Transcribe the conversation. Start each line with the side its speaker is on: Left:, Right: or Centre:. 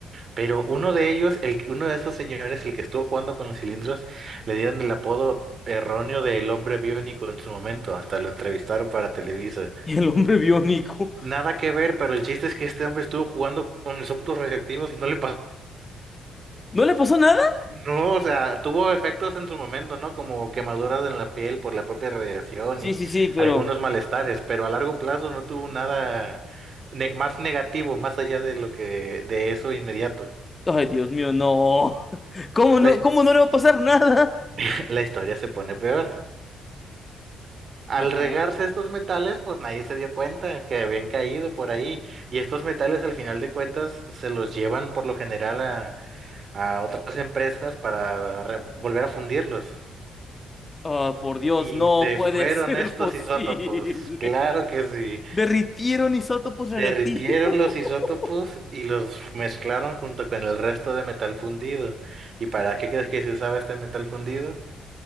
Right: Pero uno de ellos, el, que- uno de esos señores, el que estuvo jugando con los cilindros, le dieron el apodo erróneo de el hombre biónico en su momento, hasta lo entrevistaron para Televisa.
Left: Y el hombre biónico.
Right: Nada que ver, pero el chiste es que este hombre estuvo jugando con isótopos radioactivos y no le pasó.
Left: ¿No le pasó nada?
Right: No, o sea, tuvo efectos en su momento, ¿no? Como quemaduras en la piel por la propia radiación
Left: Sí,
Right: y
Left: sí, sí, pero...
Right: algunos malestares, pero a largo plazo no tuvo nada ne- más negativo, más allá de lo que de eso inmediato.
Left: Ay, Dios mío, no. <laughs> ¿Cómo no,
Right: La, his-
Left: cómo no le va a pasar nada?
Right: <laughs> la historia se pone peor. Al
Left: Ajá.
Right: regarse estos metales, pues nadie se dio cuenta que habían caído por ahí. Y estos metales, al final de cuentas, se los llevan por lo general a, a otras empresas para re- volver a fundirlos.
Left: Ah, por Dios,
Right: Y
Left: no
Right: se
Left: puede
Right: fueron
Left: ser
Right: estos
Left: posible.
Right: isótopos, claro que sí.
Left: <laughs> Derritieron isótopos radioactivos
Right: Derritieron los
Left: <laughs>
Right: isótopos y los mezclaron junto con el resto de metal fundido. ¿Y para qué crees que se usaba este metal fundido?